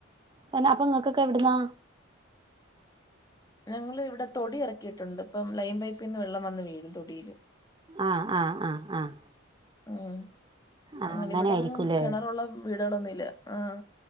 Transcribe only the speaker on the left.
ഞങ്ങള് ഇവിടെ തൊടി എറക്കിയിട്ടുണ്ട് അപ്പം ലൈൻ പൈപ്പിന്ന് വെള്ളം വന്ന് വീഴും തൊടിയില്.
ഉം
അങ്ങനെ ഇവിടെങ്ങും
കെണറുള്ള വീടുകളൊന്നും ഇല്ല ആഹ്